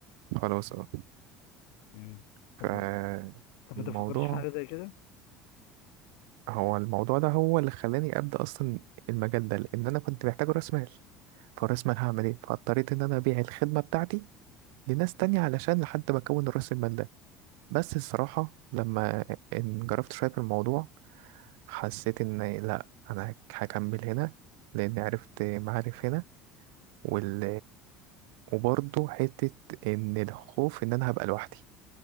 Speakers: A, on the right; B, on the left.
A: خلاص اه
B: مم.
A: فالموضوع
B: طب و... طب ما تفكرش في حاجه زي كده
A: هو الموضوع ده هو اللي خلاني أبدأ أصلا المجال ده لأن أنا كنت محتاج رأس مال فرأس مال هعمل إيه فاضطريت إن أنا أبيع الخدمة بتاعتي لناس تانية علشان لحد ما أكون رأس المال بس الصراحة لما انجرفت شوية في الموضوع حسيت إن لأ أنا هكمل هنا لأن عرفت معارف هنا وال وبرضه حتة إن الخوف إن أنا هبقى لوحدي